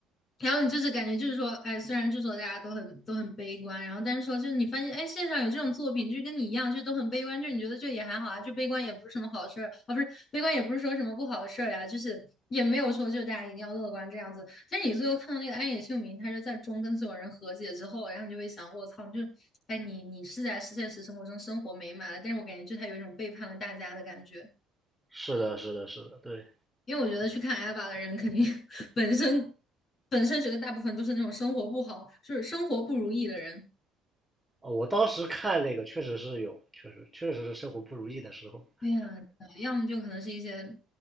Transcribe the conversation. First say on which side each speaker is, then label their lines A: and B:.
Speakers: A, on the left; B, in the centre.
A: 然后你就是感觉就是说，哎，虽然就说大家都很都很悲观，然后但是说就是你发现，哎，线上有这种作品，就是跟你一样，就是都很悲观，就是你觉得就也还好啊，就悲观也不是什么好事儿啊，不是悲观也不是说什么不好的事儿呀，就是也没有说就是大家一定要乐观这样子。但是你最后看到那个安野秀明，他是在中跟所有人和解之后，然后你就会想，我操，就哎你你是在现实生活中生活美满了，但是我感觉就他有一种背叛了大家的感觉。
B: 是的，是的，是的，对，
A: 因为我觉得去看 a b b 的人，肯定 <laughs> 本身本身觉得大部分都是那种生活不好，就是生活不如意的人。
B: 啊，我当时看那个确实是有，确实确实是生活不如意的时候，
A: 对呀，对要么就可能是一些